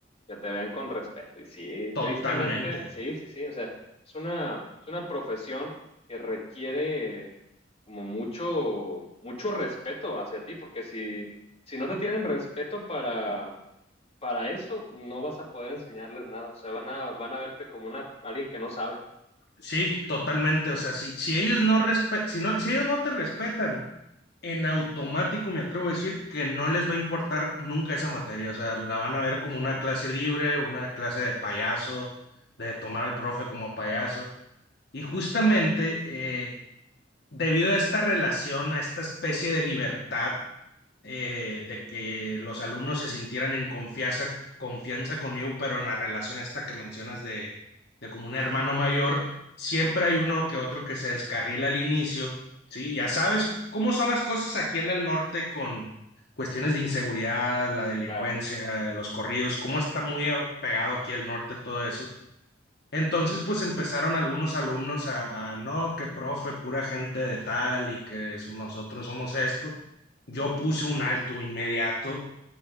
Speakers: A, on the left (about 35°); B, on the left (about 60°).
A: que te vean con respeto. Y sí,
B: totalmente.
A: tristemente, sí, sí, sí, o sea, es una, es una profesión que requiere como mucho, mucho respeto hacia ti, porque si, si no te tienen respeto para, para eso, no vas a poder enseñarles nada, o sea, van a, van a verte como una, alguien que no sabe.
B: Sí, totalmente. O sea, si, si ellos no respe- si no, si ellos no te respetan, en automático me atrevo a decir que no les va a importar nunca esa materia. O sea, la van a ver
A: Exactamente,
B: como una clase libre, una clase de payaso, de tomar al profe como payaso. Y justamente eh, debido a esta relación, a esta especie de libertad eh, de que los alumnos se sintieran en confianza, confianza conmigo, pero en la relación esta que mencionas de, de como un hermano mayor, siempre hay uno que otro que se descarrila al inicio, ¿sí? Ya sabes cómo son las cosas aquí en el norte con cuestiones de inseguridad, la delincuencia,
A: claro,
B: los corridos, cómo está muy pegado aquí el norte todo eso. Entonces, pues empezaron algunos alumnos a, a, no, que profe, pura gente de tal y que eso- nosotros somos esto. Yo puse un alto inmediato